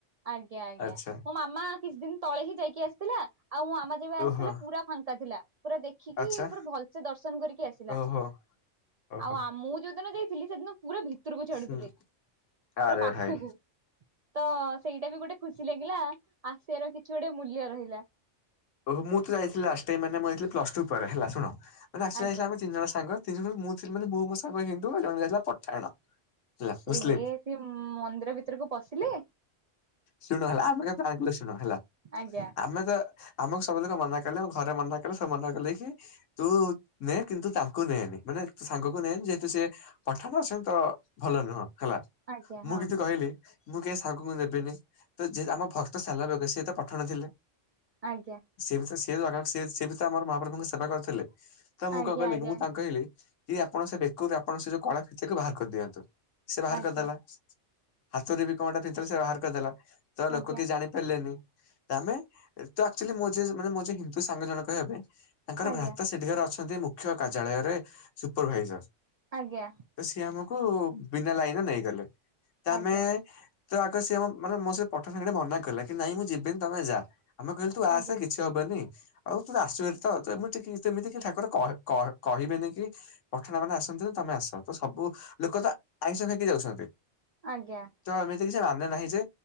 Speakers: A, on the right; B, on the left.
A: ଆଜ୍ଞା ଆଜ୍ଞା
B: ଆଚ୍ଛା
A: ମା କିଛି ଦିନି ତଳେ ହିଁ ଯାଇକି ଆସିଥିଲା ଆଉ ମୋ ଆାମା ଯେବେ ଆସିଥିଲା
B: ଓହୋ
A: ପୁରା ଫାଙ୍କା ଥିଲା ପୁରା ଦେ ଦେଖିକି
B: ଆଚ୍ଛା
A: ପୁରା ଭଲସେ ଦର୍ଶନ କରିକି ଆସିଥିଲା
B: ଓହୋ ଓହୋ
A: ଆଉ ଆ ମୁଁ ଯୋଉଦିନ ଯାଇଥିଲି ସେଦିନ ପୁରା ଭିତରକୁ ଛାଡୁଥିଲେ
B: ହୁଁ
A: ପୁର
B: ଆରେ
A: ପାଖକୁ।
B: ଭାଇ
A: ତ ସେଇଟା ବି ଗୋଟେ ଖୁସି ଲାଗିଲା ଆସିଆ ର କିଛି ଗୋଟେ ମୂଲ୍ୟ ରହିଲା।
B: ଓହୋ ମୁଁ ତ ଯାଇଥିଲି ଲାଷ୍ଟେ ଟାଇମ୍ ମାନେ ମୁଁ ଜାଇଥିଲି ପ୍ଲସ ଟୁ ପରେ ହେଲା ଶୁଣ ମାନେ ଆସିଲା
A: ଆଜ୍ଞା।
B: ଯାଇଥିଲା ଆମେ ତିିନ ଜଣ ସାଙ୍ଗ ତିନିଜଣ ମୁଁ ଥିଲିବୋଲି ମୁ ମୋ ସାଙ୍ଗ କି ହିନ୍ତୁ ଜାଣିଲେ ଯେ ପଠାଣ। ହେଲା ମୁସଲିମ
A: ଏ ହେ ସିଏ ମନ୍ଦିର ଭିତରକୁ ପଶିଲେ?
B: ଶୁଣୁ ହେଲା ଆମେ ଫ୍ଲାଙ୍କଳି ଶୁଣ ହେଲା
A: ଆଜ୍ଞା
B: ଆମେ ତ ଆମକୁ ସବୁଥିରୁ ମନା କଲେ ଆ ଘରେ ମନା କଲେ ସ ମନା କଲେ କି ତୁ ନେ କିନ୍ତୁ ତାଙ୍କୁ ନେଏନି ମାନେ ସାଙ୍ଗକୁ ନେନି ଯେହେତୁ ସେ ପଠାମ ସେ ତ ଭଲ ନୁହଁ ହେଲା
A: ଆଜ୍ଞା
B: ମୁଁ
A: ହଁ
B: କିଛି କହିଲି ମୁଁ କି ତାଙ୍କୁ ମୁଁ ନେବିନି ତ ଯେ ଆମ ଭକ୍ତ ସାଲବେଗ ସିଏ ତ ପଠାଣ ଥିଲେ।
A: ଆଜ୍ଞା।
B: ସିଏ ବି ତ ସେ ଧରାକ ସିଏ ସିଏ ବି ତ ଆମର ମହାପ୍ରଭୁଙ୍କୁ ସେବା କରଥିଲେ ତ ମୁଁ
A: ଆଜ୍ଞା
B: କ କହିଲି
A: ଆଜ୍ଞା
B: କି ମୁଁ ତାଙ୍କୁ କଇଲି କି ଆପଣ ସେ ବେକରୁ ଆପଣଙ୍କ ସେ ଯୋଉ କଳା ଫିତା କୁ ବାହାର କରିଦିଅନ୍ତୁ ସେ ବାହାର
A: ଆଜ୍ଞା
B: କରିଦେଲା। ହାତରେ ବି କଣ ଟା ଫିତା ସେ ବାହାର କରିଦେଲା ତ
A: ଆଜ୍ଞା
B: ଲୋକ କି ଜାଣି ହେଲେନି ତାମେ ଏ ଚ ଆକ୍ଚୋଲି ମୋ ଅଛି ମାନେ ମୋ ଅଛି ହିନ୍ଦୁ ସାଙ୍ଗ ଜଣଙ୍କ ହେବେ। ତାଙ୍କର
A: ଆଜ୍ଞା
B: ଭ୍ରାତ
A: ଆଜ୍ଞା
B: ସେଠିକାରେ ଅଛନ୍ତି ମୁଖ୍ୟ କାର୍ଯ୍ୟାଳୟରେ ସୁପରଭାଇଜର
A: ଆଜ୍ଞା।
B: ତ ସିଏ ଆମକୁ ବିନା ଲାଇନରେ ନେଇଗଲେ ତ
A: ଆଜ୍ଞା
B: ଆମେ ତ ଆଗ ସେ ମୋ ମାନେ ମୋ ସେ ପଠାଣ ସାଙ୍ଗରେ ମନା କଲେ କି ନାଇଁ ମୁଁ ଯିବିନି ତମେ ଯା ଆମ କହିଲ ତୁ ଆସେ
A: ଆଜ୍ଞା।
B: କିଛି ହବନି ଆଉ ତୁ ତ ଆସଚୁହାରି ତ ତ ଏମିତି ସେମିତି କି ଠାକୁର କହି କ କହିବେନି କି ପଠଣା ମାନେ ଆସନ୍ତି ତ ତମେ ଆସ ତ ସବୁ ଲୋକ ତ ଆଇଁଷ ଖାଇକି ଯାଉଛନ୍ତି।
A: ଆଜ୍ଞା।
B: <unintelligible> କିି ସେ ମାନେ ନାହିଁ ଯେ